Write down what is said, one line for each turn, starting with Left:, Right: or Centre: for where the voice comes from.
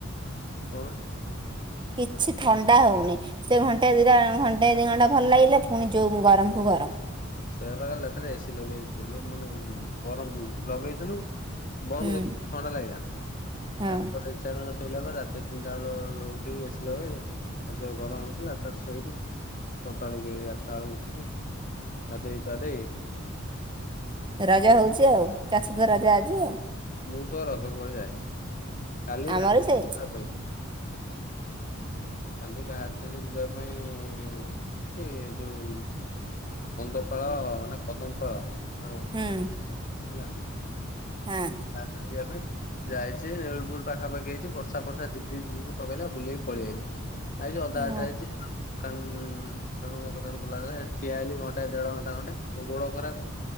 Left: କଣ?
Right: କିଛି ଥଣ୍ଡା ହଉନି। ସେ ଘଣ୍ଟେ ଦିଟା ଘଣ୍ଟେ ଦି ଘଣ୍ଟା ଭଲ ଲାଗିଲେ ପୁଣି ଯୋଉ ଗରମକୁୁ ଗରମ।
Left: ସେଇଆ ପାକାଲି ରାତିରେ ଏସି ଲଗେଇକି ଶୋଇଲୁ ମାନେ ଗରମ ଲଗେଇଥିଲୁ ବନ୍ଦ
Right: ହୁଁ
Left: କଲୁ, ଥଣ୍ଡା ଲାଗିଲା,
Right: ହଁ।
Left: ତାପରେ ଇଛା ହେଲାନି ଶୋଇଲା ପରେ, ରାତି ତିନିଟା ବେଳୁ ଉଠିକି ଏସି ଲଗେଇଲୁ, ଆଉ ଯେଉ ଗରମ ହେଉଥିଲା, ତାରେ ଶୋଇଲୁ। ସକାଳୁକୁ ଏଇ ଆଠଟା ବେଳକୁ ଉଠିକି, ଗାଧେଇ ପାଧେଇ
Right: ରଜ ହଉଛି ଆଉ, <unintelligible> ଆଜି ଆଉ।
Left: ମୁଁ ତ ରଜ କୁଆଡ ଯାଇନି, କାଲି
Right: ଆମର
Left: ବାହାରିଥିଲି
Right: ସେଇ
Left: ଯିବାପାଇଁ। କାଲି ବାହାରି ଥିଲି ଯିବା ପାଇଁ ଠିକି, ଯୋଉ କନ୍ଦପାଳ, ନା କଦମପାଳ? ହଁ।
Right: ହୁଁ।
Left: ହେଲା,
Right: ହଁ
Left: ତାପରେ ଯିବା ପାଇଁ। ଯାଇଛି, ରେଳପୁରୁ ପାଖାପାଖି ହେଇଛି, ବର୍ଷା ଫର୍ଷା ଝିପି ଝିପି ଝିପି ଝିପି ପକେଇଲା, ବୁଲେଇକି ପଳେଇ ଆଇଲି। ଆଇଚି, ଅଧା
Right: ହୁଁ
Left: ବାଟରେ ହେଇଚି, କନ୍ ତେଣୁ ମୋ ଦୋକାନ ଖୋଲାହେଲେ, ହେଠି ଠିଆ ହେଲି ଘଣ୍ଟା ଦେଢ ଘଣ୍ଟା ଖଣ୍ଡେ, ମୋ ଗୋଡ ଖରାପ,